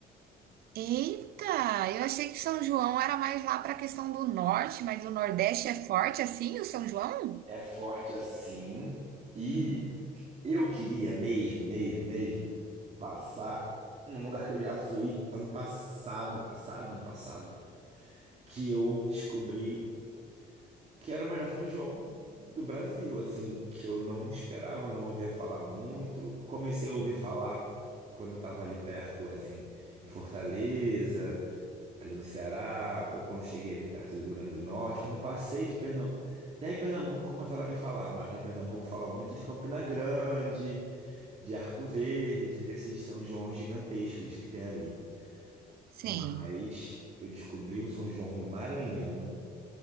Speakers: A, on the right; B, on the right.
A: Eita, eu achei que São João era mais lá pra questão do norte, mas o Nordeste é forte assim, o São João?
B: É forte assim. E eu queria mesmo, mesmo, mesmo passar num lugar que eu já fui ano passado, passado, ano passado, que eu descobri que era o melhor São João do Brasil, assim, que eu não esperava, não ouvia falar muito. Comecei a ouvir falar quando eu tava ali perto, assim, em Fortaleza, ali no Ceará, ou quando eu cheguei ali perto do Rio Grande do Norte, quando eu passei de Pernambuco. Já em Pernambuco começaram a me falar, mas lá em Pernambuco falam muito de Campina Grande, de Arco Verde, desses São João gigantescos que tem ali.
A: Sim.
B: Mas eu descobri um São João do Maranhão.